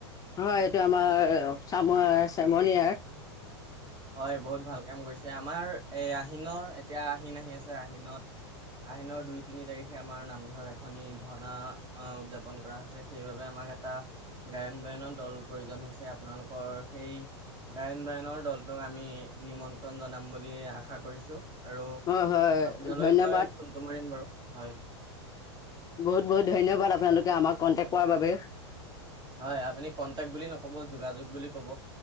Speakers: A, on the left; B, on the right.
A: হয় এইটো আমাৰ চাম চেমনিয়াৰ
B: হয় বহুত ভাল কাম কৰিছে আমাৰ এই আহিনৰ এতিয়া আহিন আহি আছে আহিনত আহিনৰ দুই তিনি তাৰিখে আমাৰ নামঘৰত এখনি ভাওনা উদযাপন কৰা হৈছে সেইবাবে আমাক এটা গায়ন বায়নৰ দল প্ৰয়োজন হৈছে আপোনালোকৰ সেই গায়ন বায়নৰ দলটোক আমি নিমন্ত্ৰণ জনাম বুলি আশা কৰিছো আৰু
A: হয় হয়
B: আপোনালৈ
A: ধন্যবাদ
B: মই ফোনটো মাৰিম বাৰু হয়
A: বহুত বহুত ধন্যবাদ আপোনালোকে আমাক কন্টেক্ট কৰাৰ বাবে
B: হয় আপুনি কন্টেক্ট বুলি নকব যোগাযোগ বুলি কব